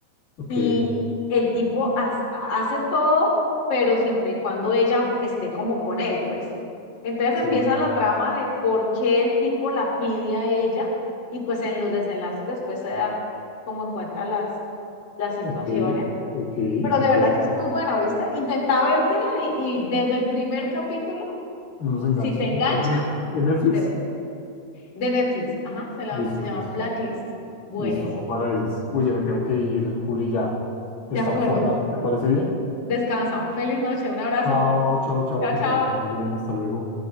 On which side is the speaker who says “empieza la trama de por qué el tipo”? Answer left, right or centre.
Left